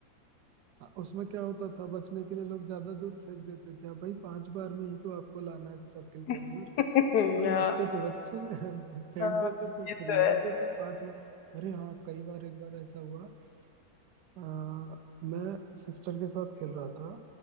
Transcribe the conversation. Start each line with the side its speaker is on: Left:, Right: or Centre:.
Right: अ, उसमें क्या होता था बचने के लिए लोग ज्यादा दूर फेंक देते थे अब भाई पांच बार में ही तो आपको लाना है सर्किल
Left: <laughs>
Right: के अंदर
Left: हाँ
Right: पर बच्चे तो बच्चे <laughs> फेंक
Left: हाँ,
Right: देते थे
Left: ये
Right: फिर
Left: तो
Right: ले
Left: है
Right: आते थे पांच बार अरे हाँ कई बार एक बार ऐसा हुआ अ, मैं सिस्टर के साथ खेल रहा था